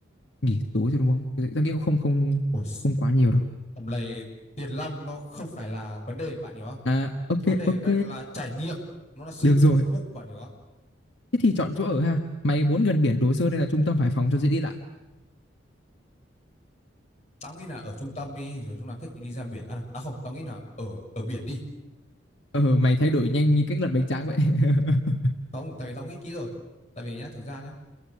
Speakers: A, on the left (about 70°); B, on the left (about 35°).
A: nghỉ tối rồi đúng không? Cái- Tao nghĩ cũng không không
B: Ôi,
A: không quá nhiều đâu.
B: tầm này tiền long nó không phải là vấn đề bạn hiểu không
A: À ok
B: vấn đề
A: ok.
B: ở đây là trải nghiệm nó là sự
A: Được rồi.
B: hưởng thụ bạn hiểu không
A: Thế thì chọn chỗ ở ha. Mày muốn gần biển Đồ Sơn hay là trung tâm Hải Phòng cho dễ đi lại?
B: tao nghĩ là ở trung tâm đi rồi lúc nào thích thì đi ra biển à, à không tao nghĩ là ở ở biển đi
A: Ờ mày thay đổi nhanh như cách lật bánh tráng vậy. <laughs>
B: không tại vì tao nghĩ kỹ rồi tại vì nhá thực ra nhá